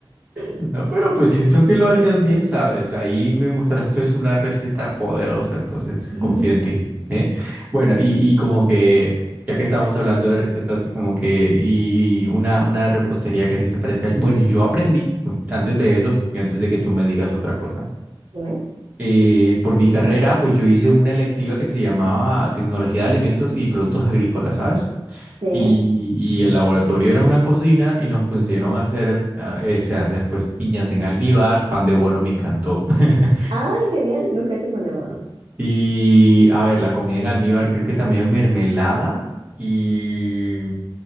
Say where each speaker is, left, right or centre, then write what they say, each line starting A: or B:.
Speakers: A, on the right (about 75°); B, on the right (about 15°).
A: Sí.
B: No, pero pues siento que lo harías bien, ¿sabes? Ahí me mostraste es una receta poderosa, entonces
A: <laughs>
B: confío en ti, ¿eh? Bueno, y, y como que, ya que estábamos hablando de recetas, como que, y una, una repostería que a ti te parezca. Bueno, yo aprendí antes de eso, y antes de que tú me digas otra cosa.
A: Dime.
B: eh, por mi carrera, pues yo hice una electiva que se llamaba Tecnología de Alimentos y Productos Agrícolas, ¿sabes?
A: Sí.
B: Y, y el laboratorio era una cocina y nos pusieron a hacer, a- ese, a hacer pues piñas en almíbar, pan de bueno, me encantó. <laughs>
A: Ay, genial. Nunca he hecho pan de bono.
B: Y a ver, la comida en almíbar, creo que también mermelada y...